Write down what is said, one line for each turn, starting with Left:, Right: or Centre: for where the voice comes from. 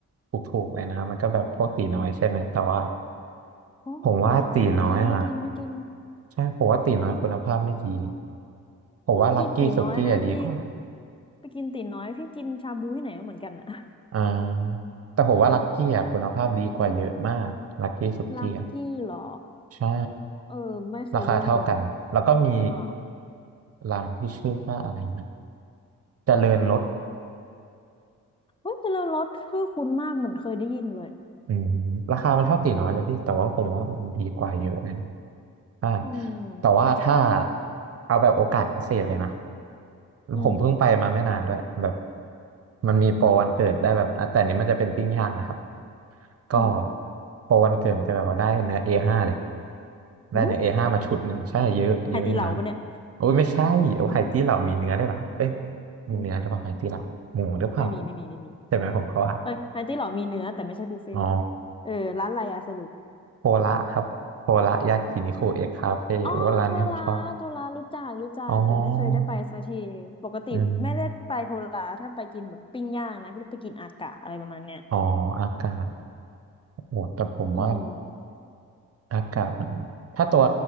Right: ถูกๆเลยนะ มันก็แบบพวกตีน้อยใช่ไหม แต่ว่า
Left: โอ้ตีน้อยไม่กินไม่กินไม่กิน
Right: ผมว่าตีน้อยอ่ะใช่ ผมว่าตีน้อยคุณภาพไม่ดี ผมว่าลักกี้สุกี้อะดีกว่า
Left: เพิ่งกินตีน้อยนะพี่ไปกินตีน้อยพี่กินชาบูที่ไหนก็เหมือนกันอะ
Right: อ่า แต่ผมว่าลักกี้อะคุณภาพดีกว่าเยอะมากลักกี้สุกี้อะ
Left: <laughs> ลักกี้เหรอ
Right: ใช่
Left: เออไม่เคยได้ยิน
Right: ราคาเท่ากัน แล้วก็มี
Left: อ๋อ
Right: ร้านที่ชื่อว่าอะไรนะเจริญรส
Left: เฮ้ยแต่ละรสชื่อคุ้นมากเหมือนเคยได้ยินเลย
Right: อืมราคามันเท่าตีน้อยเลยพี่แต่ว่าผมว่ามันดีกว่าเยอะเลยนะใช่
Left: อืม
Right: แต่ว่าถ้าเอาแบบโอกาสพิเศษเลยนะ
Left: อืม
Right: ผมเพิ่งไปมาไม่นานด้วยแบบมันมีโปรวันเกิดได้แบบอ่ะแต่อันนี้มันจะเป็นปิ้งย่างนะครับก็
Left: อืม
Right: โปรวันเกิดมันจะแบบว่าได้เนื้อเอห้าเลยได้เนื้อ
Left: อู้
Right: A5 มาชุดหนึ่งใช่เยอะเยอะอยู่นะ
Left: ไฮตีเหลาปะเนี่ย
Right: โอ้ยไม่ใช่โอ้ไห่ตี้เหล่ามีเนื้อได้วยเหรอเอ้ยมีเนื้อหรือเปล่าไห่ตี้เหล่าหมูหรือเปล่า
Left: อืมไม่มีไม่มีไม่มี
Right: ใช่ไหมผมเขาว่า
Left: เอ้ยไฮตีเหลามีเนื้อแต่ไม่ใช่บุฟเฟ่ต์
Right: อ๋อ
Left: เออร้านอะไรอะสรุป
Right: โพละครับโพละยากินิคุเอ็กคาเฟ่โอ้ร้านนี้ผมชอบ
Left: อ๋อโทราโทรารู้จักรู้จักแต่ไม่เคยได้ไปสักทีปกติไม่ได้ไปโทราถ้าไปกินแบบปิ้งย่างนะพี่ไปกินอากะอะไรประมาณเนี้ย
Right: อ๋ออืมอ๋ออากาศโอ้แต่ผมว่า
Left: อืม
Right: อากาศมัน ถ้าตัว